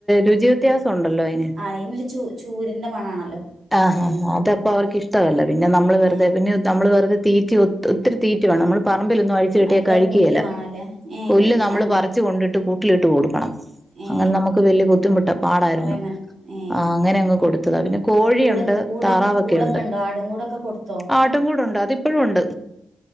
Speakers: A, in the centre; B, on the right.
A: രുചി വ്യത്യാസം ഉണ്ടല്ലോ അയ്ന്
B: അയ്നൊരു ചൂര് ചൂരിന്റെ മണാണല്ലോ
A: ആഹ്ആഹ്
B: ആട്ടിന്
A: അത അപ്പൊ അവർക്ക് ഇഷ്ടല്ല പിന്നെ നമ്മള് വെറുതെന്നെ
B: ഏ
A: നമ്മള് വെറുതെ തീറ്റി ഒത്തിരി തീറ്റ വേണം നമ്മള് പറമ്പിലൊന്നും അഴിച്ച് കെട്ടിയാൽ
B: ഭയങ്കര
A: കഴിക്കുകേല
B: പുല്ല് വേണല്ലേ ഏ
A: പുല്ല് നമ്മള്
B: അങ്ങ്
A: പറച്ച് കൊണ്ടിട്ട് കൂ ട്ടിലിട്ട് കൊടുക്കണം
B: ഏ
A: അങ്ങനെ നമുക്ക് വലിയ ബുദ്ധിമുട്ട പാടായിരുന്നു
B: കൊറെ മെന ഏ
A: ആഹ് അങ്ങനെ അങ്ങ് കൊടുത്തതാ പിന്നെ കോഴിയുണ്ട്
B: അപ്പൊ കൂട കൂട്
A: താറാവൊക്കെ
B: കൂടൊക്കെ
A: ഉണ്ട്
B: ഉണ്ടോ ആടും കൂടൊക്കെ കൊടുത്തോ
A: ആട്ടും കൂടുണ്ട് അതിപ്പഴും ഒണ്ട്